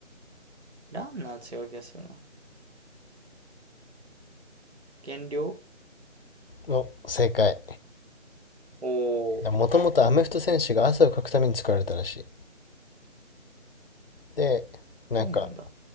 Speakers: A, on the right; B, on the left.
A: ランナー違う気がするな。減量
B: の正解。
A: おー、
B: もともとアメフト選手が汗をかくために作られたらしい。で、なんか、
A: そうなんだ。